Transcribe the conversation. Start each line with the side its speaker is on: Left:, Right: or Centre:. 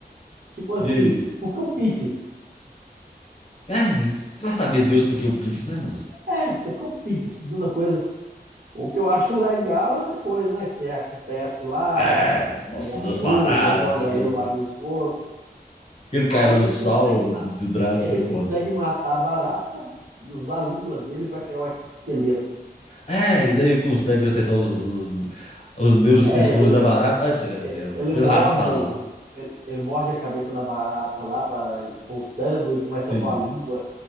Right: tipo assim,
Left: E aí?
Right: por que o picles?
Left: Ah, vai saber Deus porque o Pix, né, moço?
Right: É, por que o picles? Tanta coisa. O que eu acho legal é depois, né? Que acontece lá,
Left: É, nossa,
Right: vem a
Left: das
Right: chuva,
Left: baratas,
Right: joga
Left: dos...
Right: ele lá no esgoto.
Left: Ele cai
Right: Aí
Left: lá no
Right: ele
Left: sal,
Right: consegue
Left: desidrata,
Right: Ele
Left: é
Right: consegue
Left: foda.
Right: matar a barata e usar a língua dele para criar um exoesqueleto.
Left: É, e daí ele consegue acessar os, os, os neurosensores
Right: É,
Left: da barata. Olha pra você ver
Right: é,
Left: essa tela.
Right: ele
Left: Pelo
Right: morde
Left: arrastar
Right: o,
Left: lá.
Right: ele, ele morde a cabeça da barata lá para expor o cérebro e começa
Left: Sim,
Right: a pôr a língua.